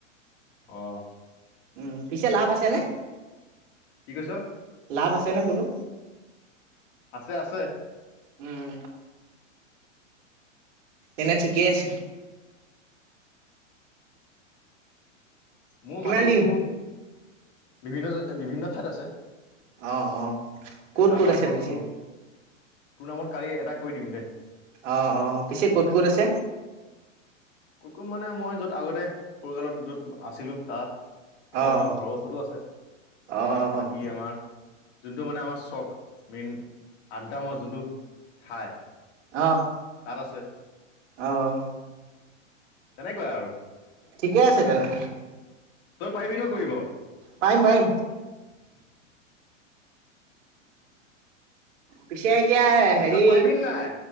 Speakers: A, on the left; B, on the right.
A: অ'।
B: উম, পিছে লাভ আছে নে
A: কি কৈছ
B: লাভ আছে নে বোলো।
A: আছে-আছে।
B: উম এনে ঠিকেই আছে।
A: মোৰ
B: কিমান
A: মাটিতো
B: দিন
A: বিভিন্ন ঠাইত আছে।
B: অ', অ' ক'ত
A: তাৰপা
B: ক'ত আছে
A: মই
B: পিছে?
A: তোৰ তোৰ নামত কালি এটা কৰি দিম দে।
B: অ', অ' পিছে ক'ত, ক'ত আছে?
A: কত-কত মানে মই য'ত আগতে সৰুকালত য'ত আছিলো তাত। আৰু
B: অ'
A: আমাৰ ঘৰৰ ওচৰতো আছে
B: অ'
A: বাকী আমাৰ যোনটো মানে আমাৰ চখ মেইন আড্ডা মমৰ যোনটো ঠাই
B: অ'।
A: তাত আছে।
B: অ'।
A: তেনেকুৱা আৰু।
B: ঠিকে আছে তেনে।
A: তই পাৰিবি ন কৰিব?
B: পাৰিম পাৰিম
A: <inaudible>
B: পিছে এতিয়া হেৰি
A: তই পাৰিবি নাই